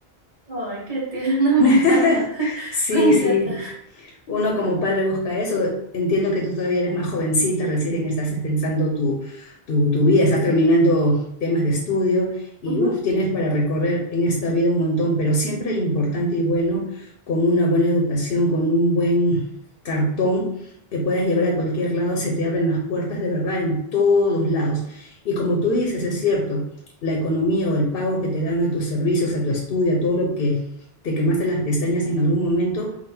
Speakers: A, on the right; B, on the left.
A: Ay, qué tierna,
B: <laughs>
A: <laughs> me encanta. <laughs>
B: Sí,
A: Me encanta.
B: sí uno como padre busca eso. Entiendo que tú todavía eres más jovencita, recién estás pensando tu, tu, tu vida, estás terminando temas de estudio y
A: Ujú.
B: uf, tienes para recorrer en esta vida un montón, pero siempre importante y bueno, con una buena educación, con un buen cartón que puedas llevar a cualquier lado, se te abren las puertas de verdad en todos lados. Y como tú dices, es cierto, la economía o el pago que te dan a tus servicios, a tu estudio, a todo lo que te quemaste las pestañas en algún momento,